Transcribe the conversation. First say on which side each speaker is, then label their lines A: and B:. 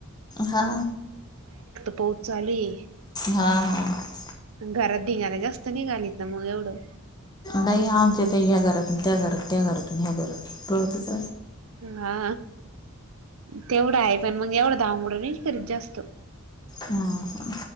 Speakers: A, on the left; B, on the right.
A: हा.
B: पाऊस चालूये.
A: हा हा
B: घरात धीगांना जास्त नाही निघालीत ना म एवढं.
A: बाई आमच्या का ह्या घरातून त्या घरात त्या घरातून ह्या घरात. पळतच
B: हा, तेवढा हाये. पण मग एवढं धामुडनई करीत जास्त.
A: हम्म.